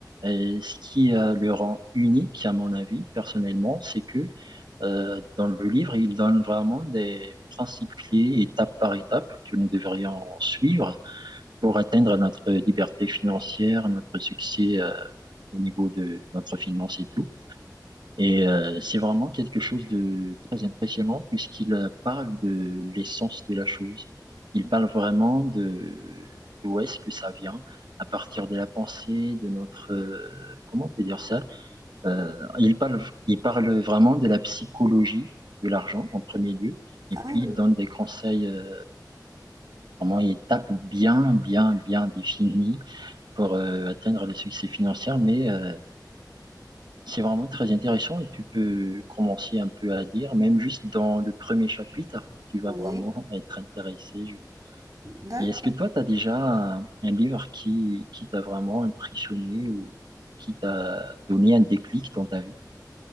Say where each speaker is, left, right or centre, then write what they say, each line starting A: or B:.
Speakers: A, on the right; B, on the right.
A: euh, ce qui euh, le rend unique, à mon avis, personnellement, c'est que euh, dans le livre, il donne vraiment des principes clés, étape par étape, que nous devrions suivre pour atteindre notre liberté financière, notre succès euh, au niveau de notre finance et tout. Et euh, c'est vraiment quelque chose de très impressionnant puisqu'il euh, parle de l'essence de la chose. Il parle vraiment de d'où est-ce que ça vient, à partir de la pensée, de notre euh, comment on peut dire ça. Euh, il parle il parle vraiment de la psychologie de l'argent en premier lieu. Et
B: Ah
A: puis
B: oui,
A: il donne des conseils, euh, vraiment étapes bien, bien, bien définies pour euh, atteindre le succès financier, mais euh, c'est vraiment très intéressant et tu peux commencer un peu à lire, même juste dans le premier chapitre, tu vas
B: ouais,
A: vraiment <laughs> être intéressé. je-
B: d'accord.
A: Et est-ce que toi, tu as déjà un, un livre qui, qui t'a vraiment impressionné ou qui t'a donné un déclic dans ta vie?